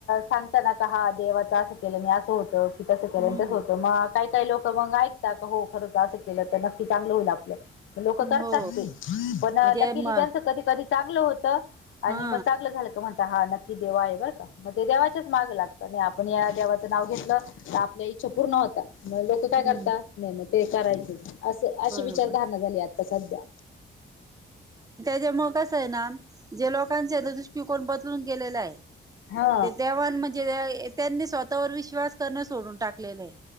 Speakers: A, on the left; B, on the right.
A: सांगताना. हा देवाच असं केलं नाही असं होतं की तसं केलं
B: हम्म
A: तसं होतं मग. काही काही लोक मग ऐकतात, का हो खरच असं केलं तर नक्की चांगलं होईल आपलं. लोक करतात
B: हो
A: ते, पण
B: म्हणजे
A: लकीली
B: म
A: त्यांच कधी कधी चांगलं होत. आणि
B: हा
A: मग चांगलं झालं का म्हणता हा नक्की देवा आहे बरं का, मग ते देवाच्याच माग लागत. नाही आपण या देवाचं नाव घेतलं तर आपल्या इच्छा पूर्ण होतात मग लोक काय
B: हम्म
A: करतात. ते करायच असं, अशी
B: बरोबर
A: विचारधारणा झाली आता सध्या.
B: जे मग कस आहे ना, जे लोकांच्या दृष्टिकोन बदलून गेलेला आहे.
A: हा
B: ते देवाण म्हणजे त्यांनी स्वतःवर विश्वास करणं सोडून टाकलेलं आहे.